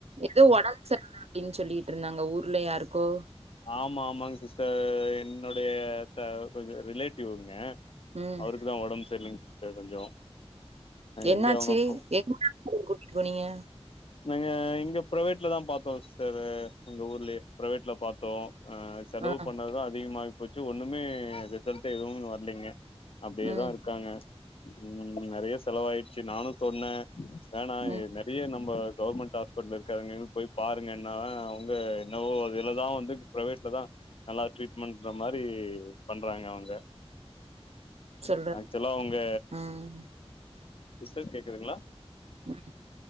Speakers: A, on the right (about 70°); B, on the left (about 60°).
A: எதோ ஒடம்பு சரியில்ல அப்டின்னு சொல்லிட்டு இருந்தாங்க ஊர்ல யாருக்கோ
B: ஆமா ஆமாங்க சிஸ்டர் என் என்னுடைய தா கொஞ்சோ ரிலேட்டிவ்ங்க
A: ம்.
B: அவருக்கு தா ஒடம்பு சர்லைங்க த கொஞ்சோ
A: என்னாச்சு
B: எங்க அவங்க
A: எந்த ஆஸ்ப்பிட்டலுக்கு கூட்டிட்டு போனிங்க
B: நங்க இங்க ப்ரைவேட்ல தா பாத்தோ சிஸ்டரு எங்க ஊர்லயே ப்ரைவேட்ல பாத்தோ ஆ செலவு
A: ஆ.
B: பண்ணதுதா அதிகமாயி போச்சு ஒண்ணுமே ரிசல்ட் எதுவு வர்லிங்க அப்டியேதா
A: ம்.
B: இருக்காங்க ம் நெறையா செலவாயிடிச்சு நானு சொன்னே வேணா
A: ம்.
B: எ நெறையா நம்ப கவுர்மெண்ட் ஹாஸ்பிட்டல் இருக்கார்லங்க அங்க போய் பாருங்கன்னா அவுங்க என்னவோ அதுலதா வந்து ப்ரேவேட்லா தா நல்லா ட்ரீட்மெண்டற மாரி பண்றாங்க அவுங்க
A: சொல்றேன்.
B: ஆக்சுவலா அவுங்க
A: ம்.
B: சிஸ்டர் கேக்குதுங்ளா
A: <inaudible>